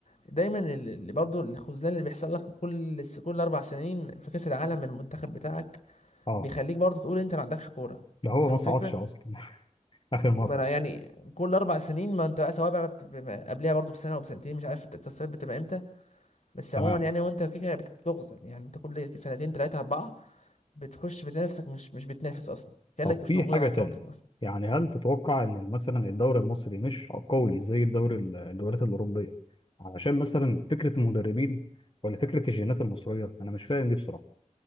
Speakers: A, on the left; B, on the left.
A: دايما ال- اللي برضه الخذلان اللي بيحصل لك كل س- كل اربع سنين في كاس العالم من المنتخب بتاعك
B: اه
A: بيخليك برضه تقول انت ما عندكش كوره
B: ده هو
A: فاهم
B: ما صعدش
A: الفكره
B: اصلا <laughs> اخر مره
A: ما انا يعني كل اربع سنين ما انت بقى سواء بقى بت- بما- قبلها برضه بسنه او بسنتين مش عارف التصفيات بتبقى امتى بس
B: تمام
A: عموما يعني وانت كده بت- بتخزن يعني انت كل سنتين ثلاثه اربعه بتخش بتنافسك مش مش بتنافس اصلا كانك
B: طب
A: مش
B: في
A: موجود
B: حاجه
A: على الكوكب
B: تاني
A: اصلا
B: يعني هل تتوقع ان مثلا الدوري المصري مش قوي زي الدوري ال- الدوريات الاوروبيه علشان مثلا فكره المدربين ولا فكره الجينات المصريه انا مش فاهم دي بصراحه